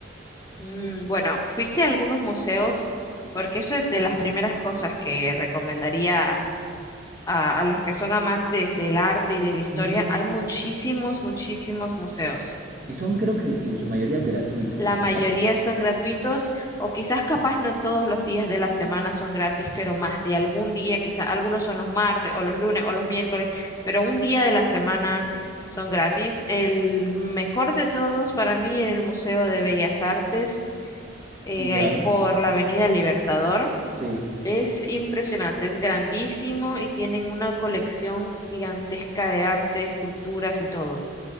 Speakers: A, on the left; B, on the right.
A: Mm, bueno, fuiste a algunos museos, porque eso es de las primeras cosas que recomendaría a, a los que son amantes del arte y de la historia.
B: Ujú.
A: Hay muchísimos, muchísimos museos.
B: Y son creo que en su mayoría gratuitos,
A: La
B: ¿verdad?
A: mayoría son gratuitos, o quizás capaz no todos los días de la semana son gratis, pero más de algún día, quizás algunos son los martes o los lunes o los miércoles, pero un día de la semana son gratis. El mejor de todos para mí era el Museo de Bellas Artes eh,
B: Ya,
A: ahí por la Avenida Libertador.
B: sí.
A: Es impresionante, es grandísimo y tienen una colección gigantesca de arte, esculturas y todo.